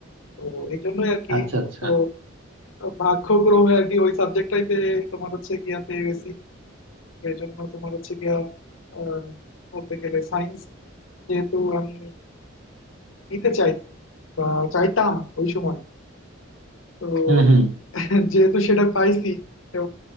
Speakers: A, on the left; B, on the right.
A: তো এই জন্যই আর কি
B: আচ্ছা আচ্ছা
A: তো ভাগ্যক্রমে আর কি ওই সাবজেক্টটাই পেয়ে তোমার হচ্ছে গিয়া পেয়ে গেছি এর জন্য তোমার হচ্ছে গিয়া আহ, বলতে গেলে সায়েন্স যেহেতু আমি নিতে চাই বা চাইতাম ওই সময় তো
B: হুম হুম
A: <laughs> যেহেতু সেটা পাইছি তো